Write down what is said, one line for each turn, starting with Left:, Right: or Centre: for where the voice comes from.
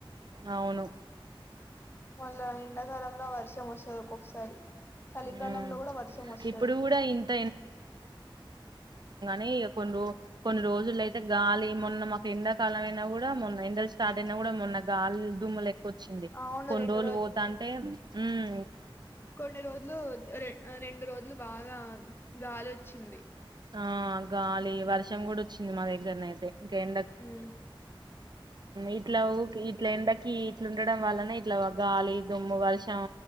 Right: అవును
Left: మళ్ళ ఎండాకాలంలో వర్షం వస్తది ఒక్కొక్కసారి చలికాలంలో
Right: ఉమ్
Left: కూడా వర్షం వస్తుది
Right: ఇప్పుడు కూడా ఇంత నీ కొన్ని కొన్ని రోజులు అయితే గాలి మొన్న మాకు ఎండాకాలం అయినా కూడా మొన్న ఎండ స్టార్ట్నా కూడా మొన్నగాల్ దూమ్ల వచ్చింది
Left: అవును
Right: కొన్ని
Left: రెండు
Right: రోజులు పోతాంటే హ్మ్
Left: కొన్ని రోజులు ర రెండు రోజులు బాగా గాలోచ్చింది
Right: ఆ గాలి వర్షం కూడా వచ్చింది మా దగ్గరనైతే కే ఎండ
Left: ఉమ్.
Right: ఇట్లా ఊ ఇట్లా ఎండకి ఇట్ల ఉండడం వల్లనే ఇట్లా గాలి దుమ్ము వర్షం